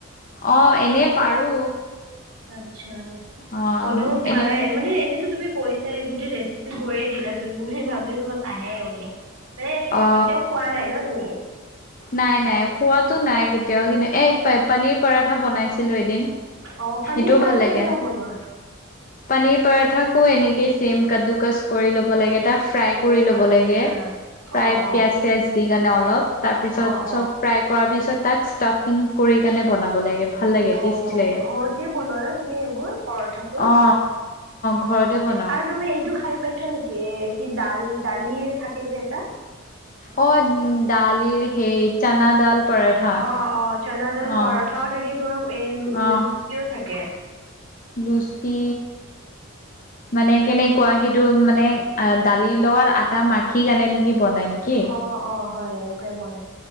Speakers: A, on the left; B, on the right.
A: অ এনে
B: ন?
A: পাৰো
B: আচ্ছা
A: অ
B: বনাব পাৰে
A: এনেক
B: মানে এনেতো তুমি কৈছে গোটেই ৰেচিপি কৈয়ে দিলাচোন ভাবিলো তোমাক আহে বুলি এনে
A: অ
B: কেতিয়াও খোৱা নাই ন তুমি?
A: নাই নাই খোৱাতটো নাই কেতিয়াও কিন্তু এই পানীৰ পৰাঠা বনাইছিলো এদিন
B: অ', পনীৰ
A: সেইটোও
B: পৰাঠা
A: ভাল লাগে
B: কেনেকা বনোৱা?
A: পানীৰ পৰাঠাকো এনেকেই চেম কাদ্দু কাচ কৰি ল'ব লাগে টা ফ্ৰাই কৰি ল'ব
B: আচ্ছা
A: লাগে প্ৰায়
B: অ', অ',
A: পিঁয়াজ চিয়াজ দি কাৰণে অলপ তাৰপিছত
B: অ', অ'।
A: চব ফ্ৰাই কৰাৰ পিছত তাক ষ্টাফিং কৰি কাণে বনাব লাগে ভাল লাগে
B: অ
A: টেষ্টি লাগে
B: ঘৰতে বনোৱা নে তুমি এইবোৰ পৰঠাবোৰ
A: অ ঘৰতে
B: অ
A: বনাও
B: আৰু তুমি এইটো খাই পাইছা নেকি কি ডাল দালি থাকে যে এটা
A: অ দালিৰ সেই চানাডাল পৰঠা
B: অ', অ', চনা দাল পৰঠাও
A: অ
B: থাকে তোমাৰ এই
A: অ',
B: লুচিও থাকে
A: লুচি মানে কেনেকুৱা সেইটো মানে দালিৰ লগত আটা মাখি কেনে নেকি বনাই নেকি?
B: অ অ হয় এনেকুৱাই বনাই